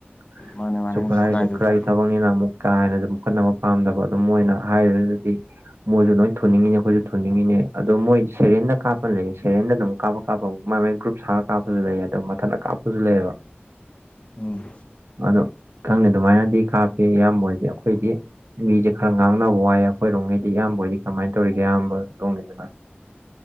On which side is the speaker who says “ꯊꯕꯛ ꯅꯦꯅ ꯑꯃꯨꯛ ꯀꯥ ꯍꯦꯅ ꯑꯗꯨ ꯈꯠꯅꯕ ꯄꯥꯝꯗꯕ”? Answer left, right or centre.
Right